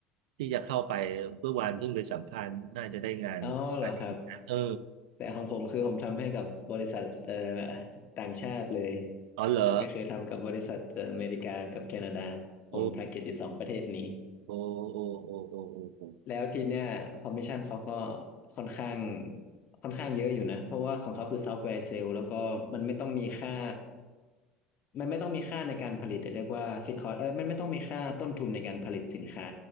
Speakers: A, on the right; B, on the left.
A: ที่จะเข้าไปเมื่อวานเพิ่งไปสัมภาษณ์น่าจะได้งาน
B: อ๋อเหรอครับ
A: เออ
B: แต่ของผมคือผมทำให้กับบริษัทเอ่อต่างชาติเลย
A: อ๋อเหรอ
B: ก็คือทำกับบริษัทเอ่ออเมริกากับแคนาดาผม
A: โอ้
B: target อยู่สองประเทศนี้
A: โอ้โอ้โอ้โอ้โอ้โอ้
B: แล้วทีเนี้ยคอมมิชชั่นเขาก็ค่อนข้างค่อนข้างเยอะอยู่นะเพราะว่าของเขาคือซอฟต์แวร์เซลล์แล้วก็มันไม่ต้องมีค่ามันไม่ต้องมีค่าในการผลิตเรียกว่าฟิกคอสเออมันไม่ต้องมีค่าต้นทุนในการผลิตสินค้า